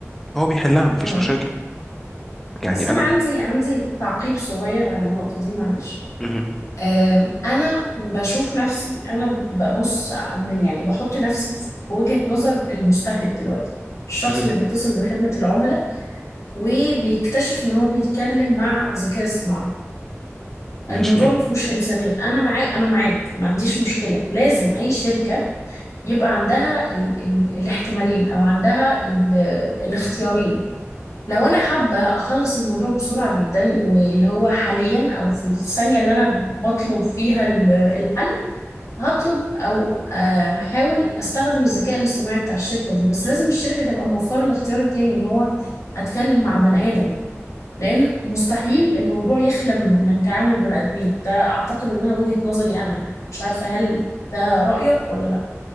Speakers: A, in the centre; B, on the left (about 85°).
A: هو بيحلها مفيش
B: مهم.
A: مشاكل يعني
B: بس أنا
A: انا
B: عندي عندي تعقيب صغير على النقطة دي معلش
A: مهم.
B: آم، أنا بشوف نفسي أنا ببص من يعني بحط نفسي في في وجهة نظر المستهلك دلوقتي الشخص
A: مهم.
B: اللي بيتصل بخدمة العملاء وبيكتشف إن هو بيتكلم مع ذكاء اصطناعي الموضوع
A: ماشي
B: ما فيهوش إنسانية أنا معاك أنا معاك ما عنديش مشكلة لازم أي شركة يبقى عندها ال ال الاحتمالين أو عندها ال الاختيارين لو انا حابه اخلص الموضوع بسرعه جدا واللي هو حاليا او في الثانيه اللي انا بطلب فيها ال- الحل هطلب او آه، هحاول استخدم الذكاء الاصطناعي بتاع الشركه دي بس لازم الشركه تبقى موفره الاختيار التاني ان هو اتكلم مع بني ادم لان مستحيل الموضوع يخلى من من تعامل بني ادمين ده اعتقد انها وجهه نظري انا يعني مش عارفه هل ده رايك ولا لا